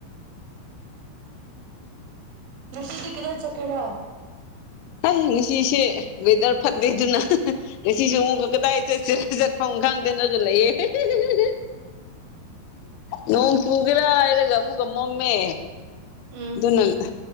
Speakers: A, on the right (about 90°); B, on the left (about 90°).
A: ꯉꯁꯤꯗꯤ ꯀꯗꯥꯏ ꯆꯠꯀꯦꯔꯥ
B: ꯍꯩ ꯉꯁꯤꯁꯦ ꯋꯦꯗꯔ ꯐꯠꯇꯦꯗꯨꯅ ꯍꯥ - ꯍꯥ ꯉꯁꯤꯁꯨ ꯑꯃꯨꯛꯀ ꯀꯗꯥꯏ ꯆꯦ ꯆꯦ ꯆꯠ ꯐꯣꯡ ꯒꯥꯡꯗꯅꯒ ꯂꯩꯌꯦ ꯍꯤ- ꯍꯤ - ꯍꯤ - ꯍꯤ - ꯍꯤ ꯅꯣꯡ ꯆꯨꯒꯦꯔ ꯍꯥꯏꯔꯒ ꯑꯃꯨꯛꯀ ꯃꯝꯃꯦ
A: ꯎꯝ
B: ꯗꯨꯅ ꯑꯥ